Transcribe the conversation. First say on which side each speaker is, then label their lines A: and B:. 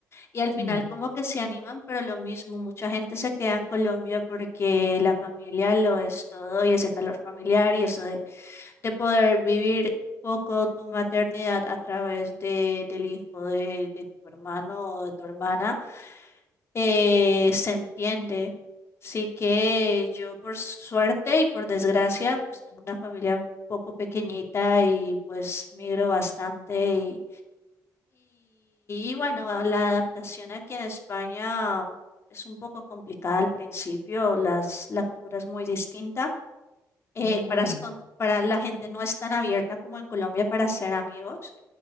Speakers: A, on the left; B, on the left.
A: y al final
B: Mm,
A: como que se animan, pero lo mismo, mucha gente se queda en Colombia porque la familia lo es todo y ese calor familiar y eso de, de poder vivir un poco tu maternidad a través de, del hijo de, de tu hermano o de tu hermana, eh, se entiende. Así que yo por suerte y por desgracia, pues tengo una familia un poco pequeñita y pues migro bastante y, y bueno, a la adaptación aquí en España es un poco complicada al principio, las, la cultura es muy distinta eh,
B: de acuerdo.
A: para, las co- para la gente no es tan abierta como en Colombia para ser amigos.